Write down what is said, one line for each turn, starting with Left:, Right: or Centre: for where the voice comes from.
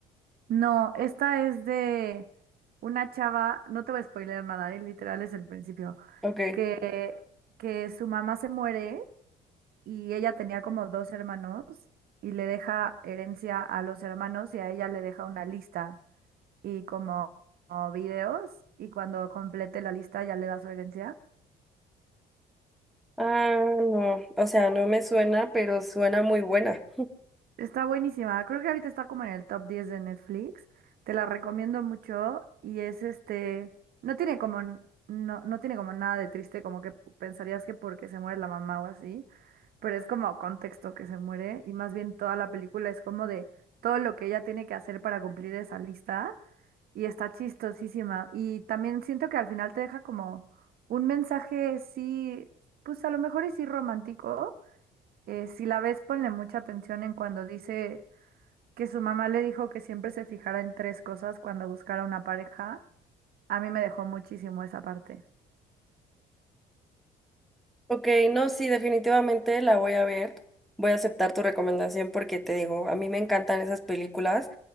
Right: No, esta es de una chava, no te voy a spoiler nada, eh, literal es el principio,
Centre: Ok.
Right: que, que su mamá se muere y ella tenía como dos hermanos y le deja herencia a los hermanos y a ella le deja una lista y como, como videos y cuando complete la lista ya le da su herencia
Centre: Ah, no. O sea, no me suena, pero suena muy buena.
Right: Está buenísima. Creo que ahorita está como en el top 10 de Netflix. Te la recomiendo mucho y es este, no tiene como n- no, no tiene como nada de triste, como que pensarías que porque se muere la mamá o así, pero es como contexto que se muere y más bien toda la película es como de todo lo que ella tiene que hacer para cumplir esa lista y está chistosísima y también siento que al final te deja como un mensaje sí, pues a lo mejor es sí romántico eh, si la ves, ponle mucha atención en cuando dice que su mamá le dijo que siempre se fijara en tres cosas cuando buscara una pareja. A mí me dejó muchísimo esa parte.
Centre: Ok, no, sí, definitivamente la voy a ver. Voy a aceptar tu recomendación porque te digo, a mí me encantan esas películas.